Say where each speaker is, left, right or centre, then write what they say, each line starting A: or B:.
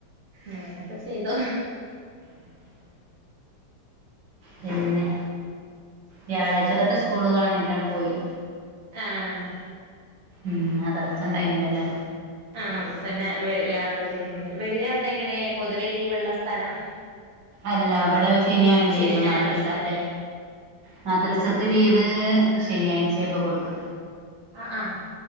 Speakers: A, on the right; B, on the right.
A: അങ്ങനെക്കെ ചെയ്തു.
B: പിന്നെ, വ്യാഴാഴ്ച്ചകത്തെ സ്കൂള് കളഞ്ഞിട്ടാണ്ട് പോയി.
A: ആഹ്.
B: ഉം മദ്റസ ഉണ്ടായിന്നില്ലല്ലോ.
A: ആഹ് മദ്‌റസ ന്നെ വെ വ്യാഴം, വെള്ളി ഒന്നും ഇല്ലല്ലോ, വെള്ളി അവിടെ എങ്ങനെ പൊതുവെ ലീവുള്ള സ്ഥലാ?
B: അല്ല, ഇവടെ ശനിയാണ്
A: ശനി
B: ലീവ്
A: ഞായറൊയ്ക്കാല്ലേ
B: മദ്രസക്ക്. മദ്റസക്ക് ലീവ് ശനിയാഴ്ച്ചേ ഇപ്പ കൊടുക്കാ.
A: അഹ് അഹ്.